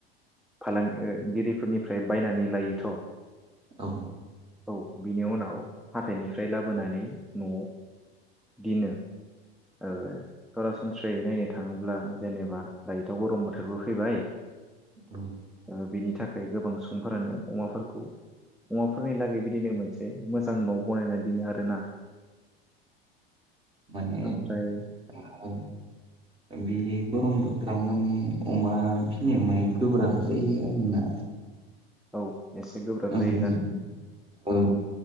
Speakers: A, in the centre; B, on the right (about 15°).
A: फालां ओ गिरिफोरनिफ्राय बायनानै लायोथ'
B: औ
A: औ बिनि उनाव हाथायनिफ्राय लाबोनानै न'आव दिनो ओ सरासनस्रायै नायनो थाङोब्ला जेनेबा दायोथ' गरम बोथोरबो फैबाय
B: <inaudible>
A: ओ बेनि थाखाय गोबां सुबुंफोरानो अमाफोरखौ अमाफोरनि लागै बिदिनो मोनसे मोजां न' बनायना दोनो आरोना
B: माने
A: ओमफ्राय
B: ओ बे गरमबो रमानै माने अमा फिनाया माय गोब्राब जायो आरोना
A: औ एसे गोब्राब
B: ओं
A: जायो जानाया
B: ओं